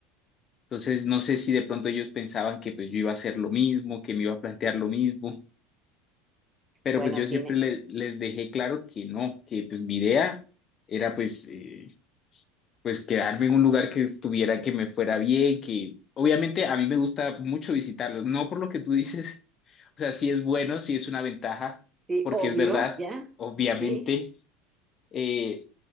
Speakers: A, on the left; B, on the right.
A: Entonces, no sé si de pronto ellos pensaban que pues yo iba a hacer lo mismo, que me iba a plantear lo mismo, pero
B: Bueno,
A: pues yo
B: tiene,
A: siempre le- les dejé claro que no, que pues mi idea era pues, eh, pues quedarme en un lugar que estuviera, que me fuera bien, que obviamente a mí me gusta mucho visitarlos, no por lo que tú dices, <laughs> o sea, sí es bueno, sí es una ventaja,
B: sí,
A: porque
B: obvio,
A: es verdad,
B: ¿ya?
A: obviamente.
B: Sí,
A: eh,